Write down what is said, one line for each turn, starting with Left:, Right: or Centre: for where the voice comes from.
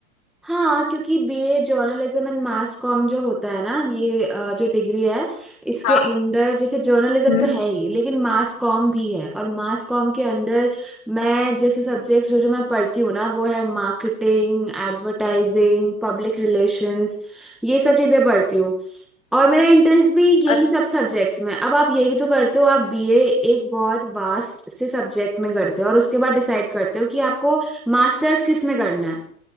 Centre: हाँ क्योंकि BA journalism and mass comm जो होता है ना ये अ, जो डिग्री है इसके
Left: हाँ
Centre: अंडर जैसे जर्नलिज्म
Left: हम्म
Centre: तो है ही लेकिन मास कॉम भी है और मास कॉम के अंदर मैं जैसे सब्जेक्ट्स जो जो मैं पढ़ती हूँ ना वो है मार्केटिंग एडवर्टाइजिंग पब्लिक रिलेशंस ये सब चीज़ें पढ़ती हूँ और मेरा इंटरेस्ट भी यही
Left: अच्छा
Centre: सब सब्जेक्ट्स में अब आप यही तो करते हो आप बीए एक बहुत वास्ट से सब्जेक्ट में करते हो और उसके बाद डिसाइड करते हो कि आपको मास्टर्स किस में करना है